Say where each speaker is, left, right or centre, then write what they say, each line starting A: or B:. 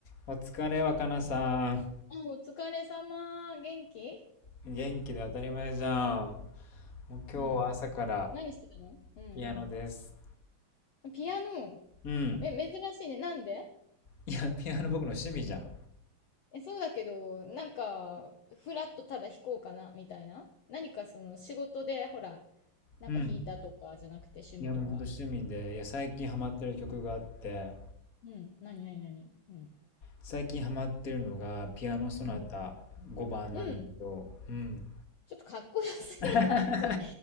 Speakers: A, on the left; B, on the left.
A: お疲れ、若菜さん。
B: あ、お疲れ様。元気
A: 元気で当たり前じゃん。もう今日は朝から
B: うん。何してたのう
A: ピアノです。
B: ん。ピアノ。
A: うん。
B: え、珍しいね。なんで
A: いや、ピアノ僕の趣味じゃん。
B: え、そうだけど、なんか、フラッとただ弾こうかな、みたいな。何かその仕事で、ほら、なんか弾いたとかじゃなくて趣味とか。
A: うん。いや、もうほんと趣味で、いや、最近ハマってる曲があって、
B: うん。何何何うん。
A: 最近ハマってるのがピアノソナタ5番なんだけど、
B: うん。うん。
A: うん。
B: ちょっとかっこよすぎない？
A: <laughs>
B: <laughs> それ、